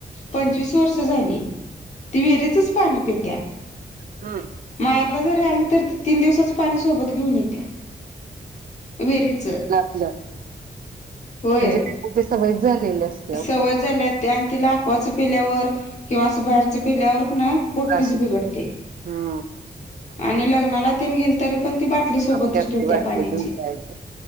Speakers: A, on the left; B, on the right.
A: पंचवीस वर्ष झाली ती विहिरीचच पाणी पेत्या.
B: हा
A: मायरला जरी आली तर ती तीन दिवसच पाणी सोबत घेऊन येत्या. विहिरीच
B: ला <unintelligible>
A: होय
B: म्हणजे ते सवयच झालेले अस
A: सवय झाल्या त्या आणि तिला अकवाच पिल्यावर किंवा अस बाहेरच पिल्यावर क नाइ पोटतीच
B: त्रास होत
A: बिघडते
B: हा
A: आणि लग्नाला ते गेल तरी पण ती बाटली सोबतच
B: आपली आपली
A: ठेवत्या
B: वाटली
A: पाण्याची.
B: घेऊन जायचं